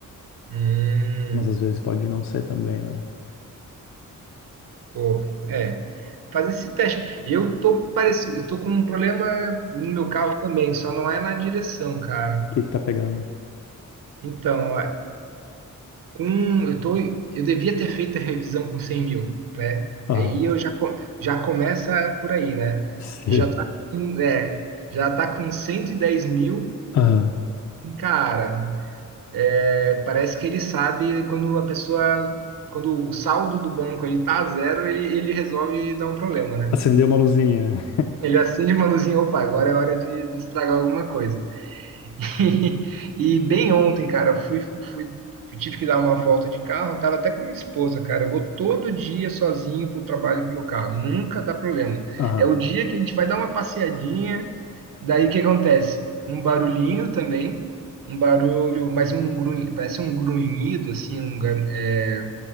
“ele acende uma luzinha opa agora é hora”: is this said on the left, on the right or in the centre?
Right